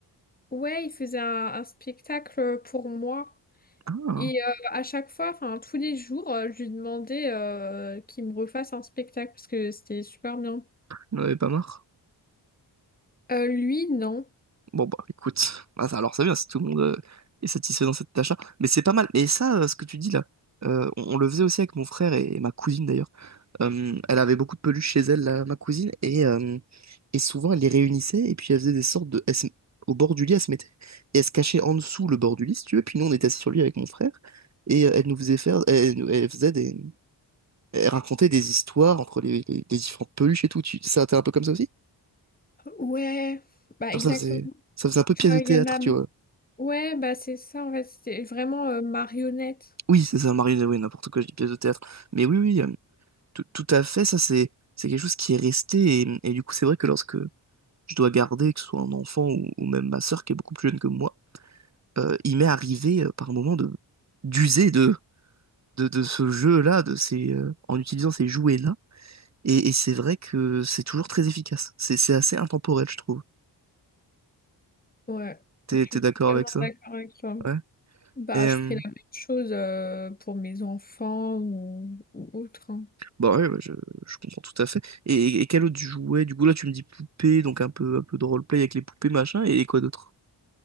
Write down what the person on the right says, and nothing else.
Ah,
on avait pas marre.
Bon bah écoute, Ah, ça- alors c'est bien si tout le monde euh, est satisfait dans cette tâche-là. Mais c'est pas mal. Et ça, euh, ce que tu dis là, euh, on, on le faisait aussi avec mon frère et, et ma cousine d'ailleurs. Euh, elle avait beaucoup de peluches chez elle, là, ma cousine, et, euh, et souvent elle les réunissait et puis elle faisait des sortes de... elle se- Au bord du lit, elle se mettait et elle se cachait en dessous le bord du lit, si tu veux. Puis nous, on était assis sur lui avec mon frère et euh, elle nous faisait faire... Elle, nous- elle faisait des... Elle racontait des histoires entre les, les- les différentes peluches et tout. Tu... Ça, t'es un peu comme ça aussi?
Genre
ça faisait... ça faisait un peu
pièce de
théâtre,
tu vois.
Oui, c'est ça, marionnette, oui, n'importe quoi, je dis pièce de théâtre. Mais oui, oui, euh, tout, tout à fait, ça c'est c'est quelque chose qui est resté. Et, et du coup, c'est vrai que lorsque je dois garder, que ce soit un enfant ou, ou même ma sœur qui est beaucoup plus jeune que moi, euh, il m'est arrivé euh, par moment de d'user de, de, de ce jeu-là, de ces, euh, en utilisant ces jouets-là. Et, et c'est vrai que c'est toujours très efficace. C'est c'est assez intemporel, je trouve.
T'es,
t'es d'accord
avec ça?
Ouais.
Et,
euh,
Bah ouais, ouais, je, je comprends tout à fait. Et, et quel autre tu jouais? Du coup, là, tu me dis poupée, donc un peu, un peu de roleplay avec les poupées, machin, et, quoi d'autre?